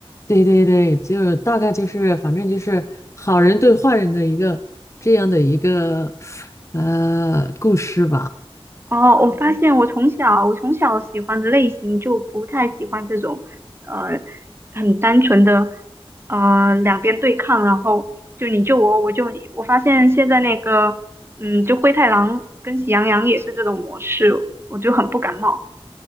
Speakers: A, on the left (about 30°); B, on the right (about 25°).
A: 对对对，就大概就是反正就是好人对坏人的一个这样的一个呃故事吧。
B: 哦，我发现我从小我从小喜欢的类型就不太喜欢这种，呃，很单纯的，呃，两边对抗，然后就你救我，我救你。我发现现在那个，嗯，就灰太狼跟喜羊羊也是这种模式，我就很不感冒。